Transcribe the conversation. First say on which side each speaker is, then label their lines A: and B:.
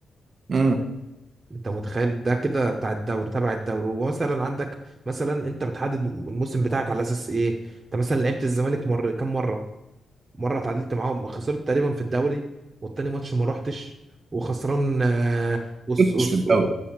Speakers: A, on the right; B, on the right.
A: امم
B: انت متخيل ده كده بتاع الدوري تبع الدوري ومثلا عندك مثلا انت بتحدد الموسم بتاعك على اساس ايه انت مثلا لعبت الزمالك مره كم مره مره اتعادلت معاهم خسرت تقريبا في الدوري والتاني ماتش ما روحتش وخسران آه، وس وس
A: مش في الدوري